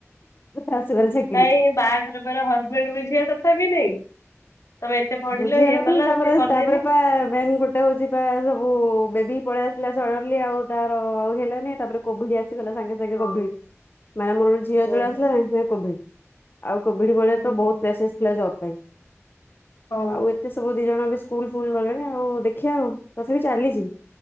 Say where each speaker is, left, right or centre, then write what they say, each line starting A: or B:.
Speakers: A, on the left; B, on the left.
A: ଶାଶୁଘରେ ସିକ୍
B: କାଇଁ ବାହାଘର ପରେ ହଜବେଣ୍ଡ ବୁଝିବା କଥା କି ନାଇଁ। ତମେ ଏତେ ପଢିଲ
A: ବୁଝିବା
B: ଇଏ
A: କଥା
B: କଲ
A: ଯେ ତାପରେ
B: ସିଏ କଲେନି
A: ତାପରେ ପା ମେନ୍ ଗୋଟ ଗୋଟେ ହଉଛି ପା ସବୁ ବେବି ପଳେଇ ଆସିଲା ସଡନଲି ଆଉ ତାର ଆଉ ହେଲାନି ତାପରେ କୋଭଡ୍ ଆସିଗଲା ସାଙ୍ଗେ ସାଙ୍ଗେ
B: ହଁ
A: କୋଭିଡ ମାନେ ମୋର ଗୋଟେ ଝିଅ ଯେତୋବେଳେ
B: ଓହୋ
A: ଆସିଲା ସାଙ୍ଗେ ସାଙ୍ଗେ କୋଭିଡ ଆଉ କୋଭିଡ ବେଳେ
B: ଓହୋ
A: ତ ବହୁତ ପସେସ୍ ଥିଲା ଜବ୍ ପାଇଁ।
B: ହଁ
A: ଆଉ ଏତେ ସବୁ ଦି ଜଣ ବି ସ୍କୁଲ ଫୁଲ ଗଲେଣି ଆଉ ଦେଖିଆ ଆଉ ତଥାପି ଚାଲିଛି।